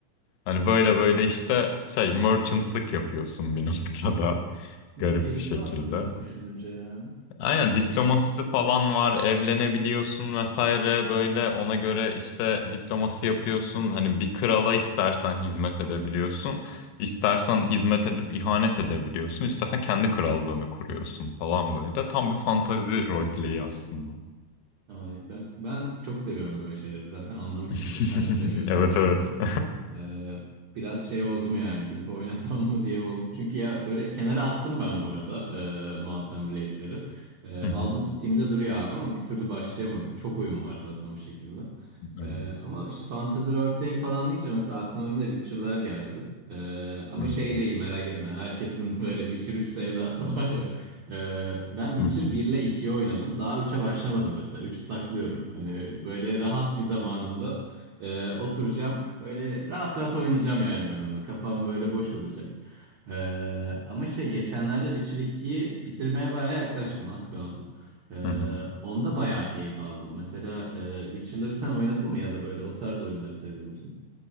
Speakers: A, on the left (about 90°); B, on the right (about 85°).
A: Hani böyle böyle işte şey merchant'lık yapıyorsun bir noktada <laughs>
B: Bu
A: garip
B: Keyifli
A: bir şekilde.
B: aslında düşününce yani.
A: Aynen diplomasisi falan var, evlenebiliyorsun vesaire böyle ona göre işte diplomasi yapıyorsun. Hani bir krala istersen hizmet edebiliyorsun, istersen hizmet edip ihanet edebiliyorsun, istersen kendi krallığını kuruyorsun falan böyle. Tam bir fantazi roleplay'i aslında.
B: Ay, ben, ben çok seviyorum böyle şeyleri. Zaten anlamışsındır.
A: <laughs>
B: Sen de seviyorsun
A: Evet
B: belli
A: evet.
B: ki.
A: <laughs>
B: Ee, biraz şey oldum yani gidip <laughs> oynasam mı diye oldum. Çünkü ya böyle kenara attım ben bu arada e, Mountain Blade'leri. E,
A: Hı
B: aldım
A: hı.
B: Steam'de duruyor abi ama bir türlü başlayamadım. Çok oyun var zaten o şekilde. E,
A: Evet.
B: ama işte fantasy role playing falan deyince mesela aklıma benim de Witcher'lar geldi. E, ama
A: Hmm.
B: şey değil merak etme. Herkesin <laughs> böyle Witcher üç sevdası <laughs> var ya. Ee, ben Witcher
A: Hı hı.
B: 1 ile 2'yi oynadım. Daha üçe başlamadım mesela. 3'ü saklıyorum. Hani böyle rahat bir zamanımda e, oturacağım. Böyle rahat rahat oynayacağım yani ben onu. Kafam böyle boş olacak. Ee, ama şey geçenlerde Witcher ikiyi bitirmeye bayağı yaklaştım. Az kaldı. Ee,
A: Hı hı.
B: onda bayağı keyif aldım. Mesela e, Witcher'ları sen oynadın mı ya da böyle o tarz oyunları seviyor musun?